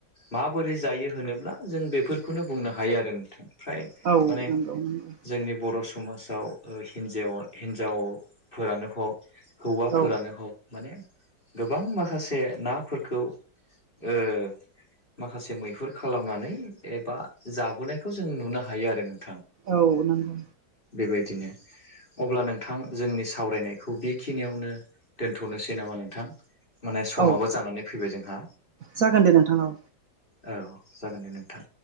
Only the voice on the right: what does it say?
औ
नंगौ नंगौ
औ
औ नोंगौ
औ
जागोन दे नोंथां औ